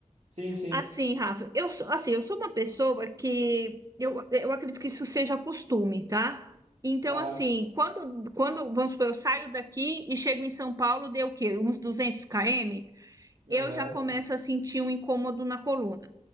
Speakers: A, on the right; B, on the right.
A: Sim, sim,
B: Assim, Rafa, eu sou, assim, eu sou uma pessoa que eu, eu acredito que isso seja costume, tá? Então,
A: claro.
B: assim, quando, quando, vamos supor, eu saio daqui e chego em São Paulo, deu o quê? Uns 200 km,
A: Aham,
B: eu já começo a sentir um incômodo na coluna.